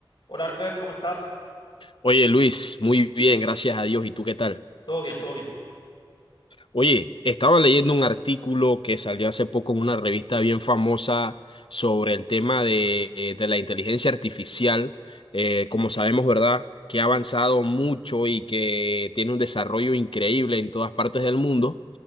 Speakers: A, on the left; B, on the left.
A: Hola Albert, ¿cómo estás?
B: Oye Luis, muy bien, gracias a Dios. ¿Y tú qué tal?
A: Todo bien, todo bien.
B: Oye, estaba leyendo un artículo que salió hace poco en una revista bien famosa sobre el tema de, eh, de la inteligencia artificial. Eh, como sabemos, ¿verdad? Que ha avanzado mucho y que tiene un desarrollo increíble en todas partes del mundo.